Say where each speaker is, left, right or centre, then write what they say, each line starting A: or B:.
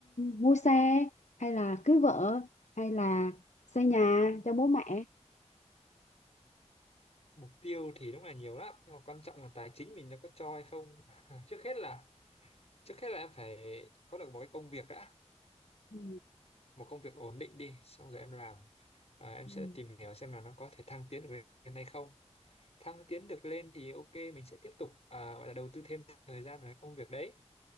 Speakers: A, on the left; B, on the left.
A: mua xe hay là cưới vợ hay là xây nhà cho bố mẹ
B: Mục tiêu thì đúng là nhiều lắm, nhưng mà quan trọng là tài chính mình nó có cho hay không. <laughs> Trước hết là trước hết là em phải có được một cái công việc đã
A: ừ.
B: một công việc ổn định đi xong rồi em làm à, em
A: Ừ.
B: sẽ tìm hiểu xem là nó có thể thăng tiến được lên hay không thăng tiến được lên thì ok mình sẽ tiếp tục à, gọi là đầu tư thêm thời gian vào cái công việc đấy